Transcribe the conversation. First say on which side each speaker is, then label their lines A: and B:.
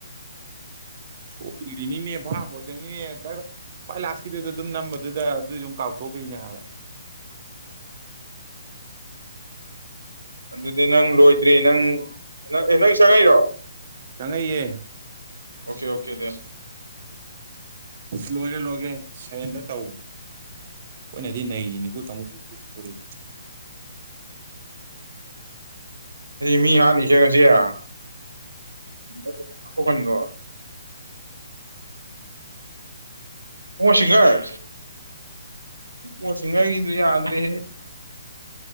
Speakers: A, on the right; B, on the right.
A: ꯁꯣꯏꯔꯤꯅꯤꯅꯦꯚ ꯃꯣꯏꯗꯪꯒꯤ ꯈ꯭ꯋꯥꯏ ꯂꯥꯁꯀꯤꯗꯨꯗ ꯑꯗꯨꯝ ꯅꯝꯕꯗꯨꯗ ꯑꯗꯨꯏ ꯑꯗꯨꯝ ꯀꯥꯎꯊꯣꯛꯈꯩꯅꯦ ꯍꯥꯏꯕ
B: ꯑꯗꯨꯗꯤ ꯅꯪ ꯂꯣꯏꯗ꯭ꯔꯤ ꯅꯪ ꯅꯪ ꯆꯪꯉꯛꯏꯔꯣ
A: ꯆꯪꯉꯛꯏꯌꯦ
B: ꯑꯣꯀꯦ ꯑꯣꯀꯦ ꯗ
A: ꯂꯦ ꯂꯦ ꯁꯦꯟꯗ ꯇꯧ ꯑꯩꯈꯣꯏꯅꯗꯤ ꯅꯔꯤꯅꯤꯈꯨꯜ ꯀꯥꯡ ꯄꯤꯊꯣꯔꯏ
B: ꯑꯁꯤ ꯃꯤ ꯍꯥꯠꯅꯤꯁꯦ ꯉꯁꯤ ꯍꯥꯣꯛꯀꯅꯤꯀꯣ ꯍꯁꯤꯡꯒꯥꯏ ꯍꯁꯒꯔꯒꯤꯗꯨ ꯌꯥꯗꯗꯦ